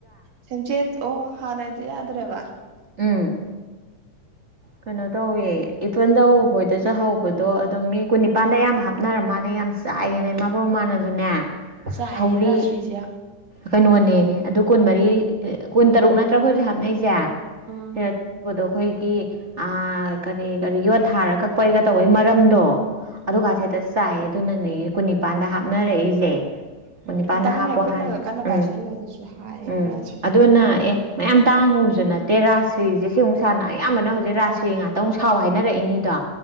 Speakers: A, on the right (about 60°); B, on the right (about 40°).
A: ꯆꯆꯦꯠ ꯑꯣ ꯍꯥꯟꯥꯏ ꯌꯥꯗ꯭ꯔꯦ ꯋꯥ
B: ꯎꯝ ꯀꯩꯅꯣ ꯇꯧꯋꯦ ꯏꯄꯨꯟꯗꯧ ꯍꯣꯏꯗꯁꯨꯍꯧꯕꯗꯣ ꯑꯗꯨꯝ ꯃꯤ ꯀꯨꯟꯅꯤꯄꯥꯟꯗ ꯑꯌꯥꯝꯕ ꯍꯥꯞꯅꯔ ꯃꯥꯜꯂꯦ ꯌꯥꯝ ꯆꯥꯏꯌꯦꯅꯦ ꯏꯃꯥ ꯕꯣꯔꯣ ꯃꯥꯟꯅꯁꯨꯅꯦ
A: ꯆꯥꯏꯌꯦ
B: ꯊꯧꯔꯤ
A: ꯔꯥꯁꯇ꯭ꯔꯤꯁꯦ ꯌꯥꯝ
B: ꯀꯩꯅꯣꯅꯦꯉꯦ ꯑꯗꯨ ꯀꯨꯟꯃꯔꯤ ꯀꯨꯟ ꯇꯔꯨꯛ ꯅꯠꯇ꯭ꯔꯒ ꯑꯩꯈꯣꯏ ꯍꯧꯖꯤꯛ ꯍꯥꯞꯅꯩꯁꯦ
A: ꯎꯝ
B: ꯁꯤꯗ ꯇꯧꯕꯗꯣ ꯑꯩꯈꯣꯏꯒꯤ ꯑ ꯀꯔꯤ ꯀꯔꯤ ꯌꯣꯠ ꯊꯥꯔ ꯀꯛꯄꯩꯒ ꯇꯧꯕꯩ ꯃꯔꯝꯗꯣ ꯑꯗꯨꯀꯁꯨ
A: ꯎꯝ
B: ꯍꯦꯛꯇ ꯆꯥꯏ ꯑꯗꯨꯅꯅꯦꯣꯏ ꯀꯨꯟꯅꯤꯄꯥꯥꯟꯗ ꯍꯥꯞꯅꯔꯛꯏꯁꯦ ꯀꯨꯟꯅꯤꯄꯥꯥꯟꯗ
A: ꯎꯝ ꯈꯤꯇꯪꯅꯦ
B: ꯍꯥꯞꯄꯣ
A: ꯈꯨꯠꯅꯒ
B: ꯍꯥꯏꯦ
A: ꯀꯟꯅ
B: ꯎꯝ
A: ꯄꯥꯏꯁꯜꯂ ꯑꯗꯨꯁꯨ ꯍꯥꯏꯌꯦꯕ
B: ꯎꯝ
A: ꯔꯥꯁꯇ꯭ꯔꯤꯁꯦ
B: ꯑꯗꯨꯅ ꯑꯦ ꯃꯌꯥꯝ ꯇꯥꯡꯉꯨ ꯑꯗꯨꯨ ꯅꯠꯇꯦ ꯔꯥꯥꯁ꯭ꯔꯤꯁꯦ ꯁꯤꯃꯨꯛ ꯁꯥꯥꯟꯅ ꯑꯌꯥꯝꯕꯅ ꯍꯧꯖꯤꯛ ꯔꯥꯥꯁ꯭ꯔꯤ ꯉꯥꯛꯇ ꯑꯃꯨꯛ ꯁꯥꯎꯕ ꯍꯥꯏꯅꯔꯛꯏꯅꯤꯗꯣ